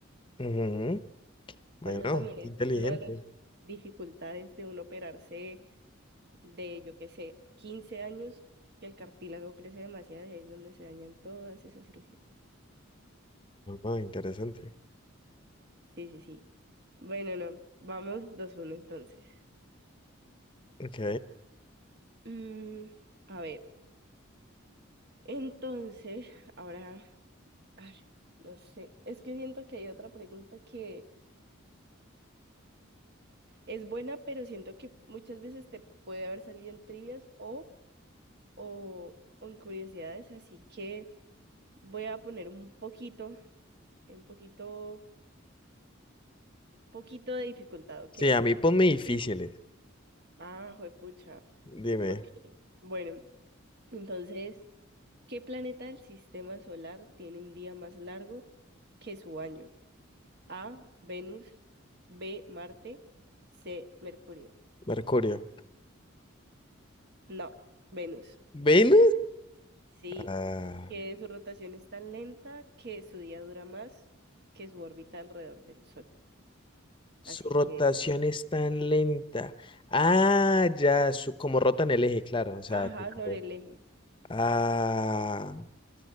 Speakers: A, on the left (about 25°); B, on the right (about 50°).
A: Ujú, Bueno,
B: Por eso también
A: qué
B: es
A: inteligente.
B: una de las dificultades de uno operarse de, yo qué sé, 15 años, que el cartílago crece demasiado y ahí es donde se dañan todas esas cirugías.
A: Ah, interesante.
B: Sí, sí, sí. Bueno, no, vamos dos uno entonces.
A: Ok.
B: Mm, a ver, entonces, ahora, ay, no sé, es que siento que hay otra pregunta que es buena, pero siento que muchas veces te puede haber salido en trivias o, o, o en curiosidades, así que voy a poner un poquito, un poquito, un poquito de dificultad, ¿ok?
A: Sí, a mí ponme difíciles.
B: Ah, juepucha.
A: Dime,
B: Ok. Bueno, entonces, ¿qué planeta del sistema solar tiene un día más largo que su año? A, Venus, B, Marte, C, Mercurio.
A: Mercurio.
B: No, Venus.
A: ¿Ven?
B: Sí,
A: Ah,
B: que su rotación es tan lenta que su día dura más que su órbita alrededor del Sol.
A: su
B: Así
A: rotación
B: que,
A: es tan lenta. Ah, ya, su, como rotan el eje, claro. O sea,
B: ajá,
A: tipo,
B: sobre el eje
A: ah,